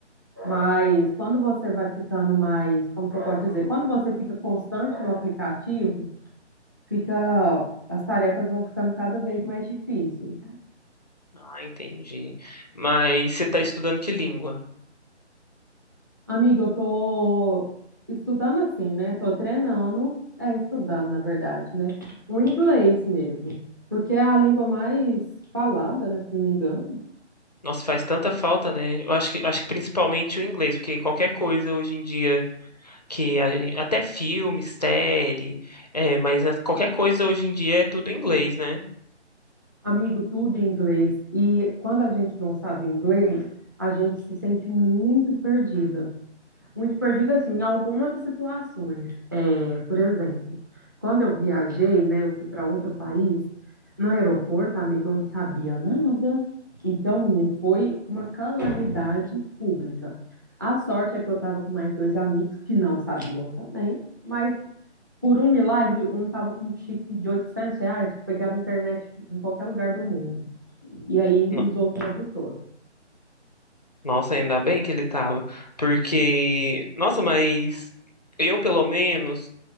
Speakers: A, on the right; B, on the left.
A: mas quando você vai ficando mais, como que eu posso dizer? Quando você fica constante no aplicativo, fica, as tarefas vão ficando cada vez mais difíceis.
B: Ah, entendi. Mas você tá estudando que língua?
A: Amiga, eu tô estudando assim, né? Tô treinando, é estudando, na verdade, né? O inglês mesmo, porque é a língua mais falada, né, se não me engano.
B: Nossa, faz tanta falta, né? Eu acho que, acho que principalmente o inglês, porque qualquer coisa hoje em dia que a gen- até filme, série, é, mas a- qualquer coisa hoje em dia é tudo em inglês, né?
A: Amigo, tudo em inglês. E quando a gente não sabe inglês, a gente se sente muito perdida. Muito perdida, assim, em algumas situações. É, por exemplo, quando eu viajei, né, eu fui para outro país, no aeroporto, amigo, eu não sabia nada. Então, menino, foi uma calamidade pública. A sorte é que eu estava com mais dois amigos que não sabiam também, mas por um milagre, um estava com um chip de 800 reais que pegava internet em qualquer lugar do mundo. E aí
B: No-
A: usou o tradutor.
B: Nossa, ainda bem que ele tava, porque, nossa, mas eu pelo menos